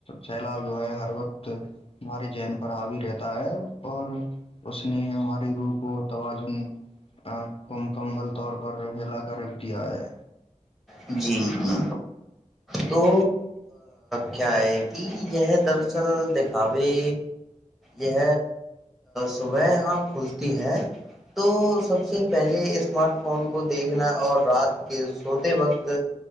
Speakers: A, on the left; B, in the centre.
A: سیلاب جو ہے ہر وقت ہماراری جین پر ہوی رہتا ہے اور اس نے ہماری روح کو توازن آکھ کو مکمل طور پر ہلا کر رکھ دیا ہے
B: جی جی تو کیا ہے کہ یہ دراصل دکھاوے یہ صبح یہاں کھلتی ہے تو سب سے پہلے اسمارٹ فون کو دیکھنا اور رات کے سوتے وقت